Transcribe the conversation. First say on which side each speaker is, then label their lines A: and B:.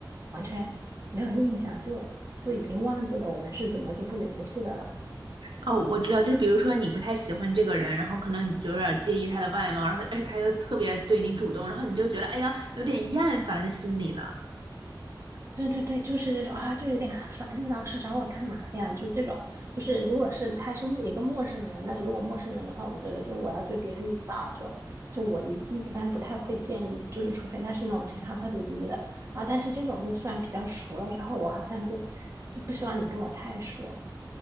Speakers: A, on the right; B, on the right.
A: 完全没有印象，就就已经忘记了我们是怎么就不联系的了。
B: 哦，我知道，就比如说你不太喜欢这个人，然后可能你就有点介意他的外貌，然后而且他又特别对你主动，然后你就觉得哎呀，有点厌烦的心理了。
A: 对对对，就是这种啊，就有点烦，你老是找我干嘛呀？就这种，就是如果是他是陌一个陌生人，那如果陌生人的话，我觉得就我要对别人礼貌，就就我一一般不太会建议，就是除非他是那种情商特别低的，然后但是这种就算比较熟了之后，我好像就就不希望你跟我太熟。